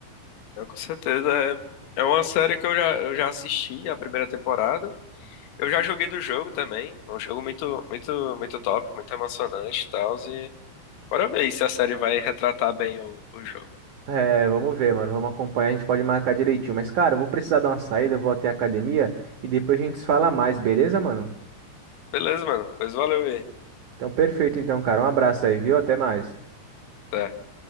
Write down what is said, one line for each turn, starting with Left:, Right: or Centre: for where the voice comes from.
Left: Então, com certeza é É uma série que eu já, eu já assisti a primeira temporada. Eu já joguei do jogo também. É um jogo muito, muito, muito top, muito emocionante e tal. E bora ver aí se a série vai retratar bem o, o jogo.
Right: É, vamos ver, mano. Vamos acompanhar, a gente pode marcar direitinho. Mas, cara, eu vou precisar dar uma saída, eu vou até a academia e depois a gente se fala mais, beleza, mano?
Left: Beleza, mano. Pois valeu aí.
Right: Então, perfeito, então, cara. Um abraço aí, viu? Até mais.
Left: Até.